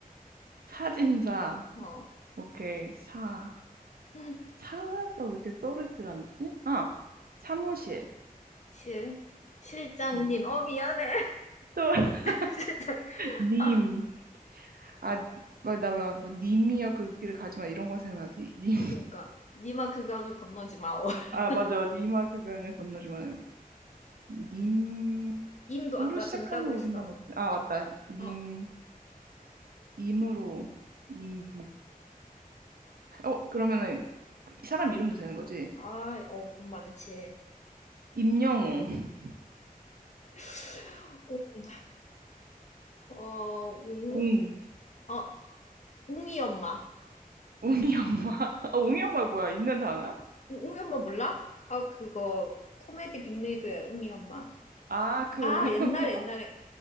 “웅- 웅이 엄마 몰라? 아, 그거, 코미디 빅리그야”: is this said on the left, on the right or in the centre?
Left